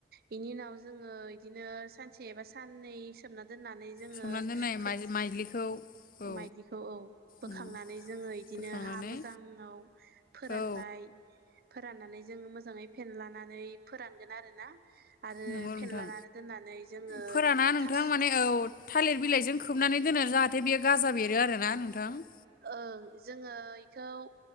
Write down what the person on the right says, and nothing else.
बेनि उनाव जोङो दिनो सानसे एबा साननै सोमना दोननानै जोङो
खोद
माइलिखौ औ बोखांनानै
जोङो इदिनो
हा मोजाङाव फोरानबाय
फोराननानै जों मोजाङै फेेनलानानै फोरानगोन आरो ना आरो
फेनलानान दोननानै जोङो
थास
ओं जोङो इखौ